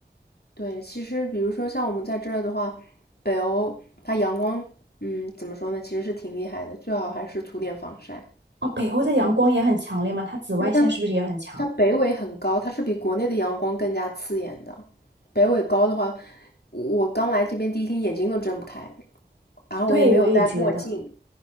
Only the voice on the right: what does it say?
<laughs> 哦，北欧的阳光也很强烈吗？它紫外线是不是也很强？
对，我也觉得，